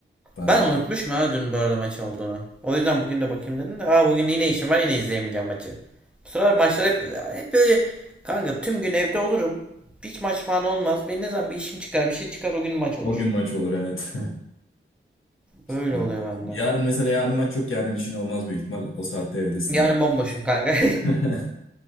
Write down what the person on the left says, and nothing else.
Ben
artık-
o gün maç olur evet.
<laughs>
Yarın mesela yarın maç yok, yarın işin olmaz büyük ihtimal. O saatte evdesindir.
<laughs>